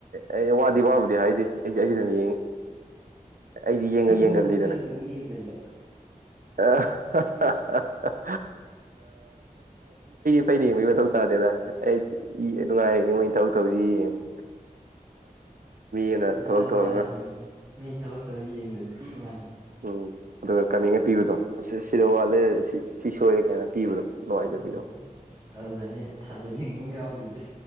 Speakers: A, on the right (about 80°); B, on the right (about 25°).
A: ꯑꯩ ꯋꯥꯗꯤ ꯋꯥꯕꯨꯗꯤ ꯍꯥꯏꯗꯦ ꯑꯩꯁꯦ ꯑꯩꯖꯨ ꯑꯗꯨꯝ ꯌꯦꯡꯉꯤ ꯑꯩꯗꯤ ꯌꯦꯡꯒ ꯌꯦꯡꯒꯜꯂꯤꯗꯅ
B: ꯅꯪꯖꯨ ꯐꯩꯅ ꯑꯃꯨꯛ ꯌꯦꯡꯖꯤꯜꯂꯣ
A: <unintelligible> ꯐꯩꯅ ꯌꯦꯡꯕꯒꯤ ꯃꯊꯧ ꯇꯥꯗꯦꯗ ꯑꯩ ꯏ ꯅꯨꯡꯉꯥꯏꯔꯤꯅꯦ ꯃꯣꯏꯅ ꯊꯕꯛ ꯇꯧꯕꯁꯤ ꯌꯦꯡꯉꯤ ꯑꯃꯅ
B: ꯃꯥꯅꯦ
A: ꯊꯕꯛ ꯇꯧꯔꯒ
B: ꯃꯥꯅꯦ ꯃꯤꯅ ꯊꯕꯛ ꯇꯧꯔ ꯌꯦꯡ ꯊꯤ ꯅꯨꯡꯉꯥꯏ
A: ꯎꯝ ꯑꯗꯨꯒ ꯀꯥꯃꯦꯟꯒ ꯄꯤꯕꯗꯣ ꯑꯁ ꯁꯤꯗ ꯋꯥꯠꯂꯦ ꯁꯤ ꯁꯣꯏꯔꯦ ꯀꯥꯏꯅ ꯄꯤꯕꯗꯣ ꯅꯨꯡꯉꯥꯏꯖꯕꯤꯗꯣ
B: ꯎꯝ ꯑꯗꯨꯗꯅꯦ ꯊꯥꯖꯅꯤꯡ ꯌꯥꯎꯗꯣꯏꯖꯦ